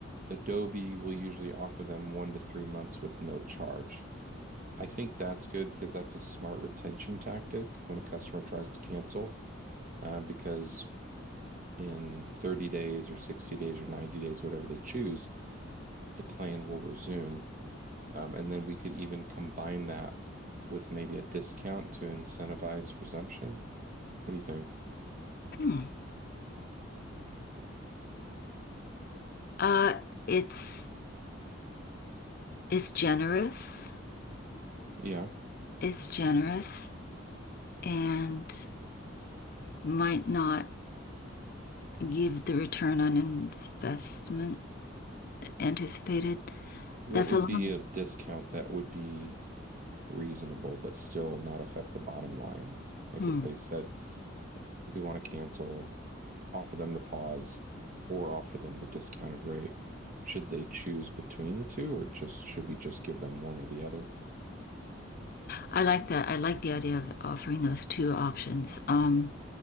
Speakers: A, on the right (about 40°); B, on the left (about 45°).
A: Adobe will usually offer them one to three months with no charge. I think that's good because that's a smart retention tactic when a customer tries to cancel, um, because in 30 days or 60 days or 90 days, whatever they choose, the plan will resume. Um, and then we could even combine that with maybe a discount to incentivize resumption. What do you think?
B: Hmm. Uh, it's it's generous.
A: Yeah,
B: It's generous and might not give the return on investment anticipated.
A: What
B: That's
A: would
B: a long.
A: be a discount that would be reasonable but still not affect the bottom line? Like
B: Hmm.
A: if they said, we want to cancel, offer them the pause or offer them the discounted rate. Should they choose between the two or just should we just give them one or the other?
B: I like that. I like the idea of offering those two options. Um,